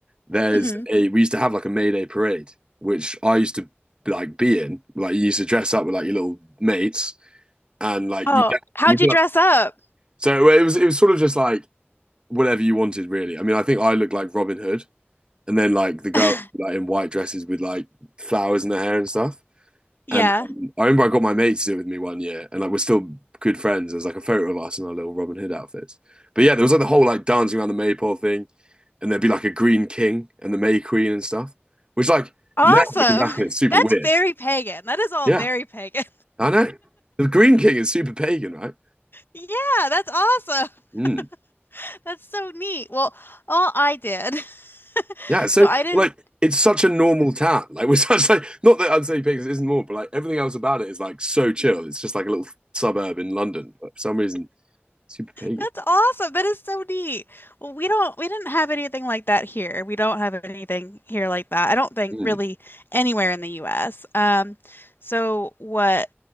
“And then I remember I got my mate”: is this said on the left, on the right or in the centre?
Right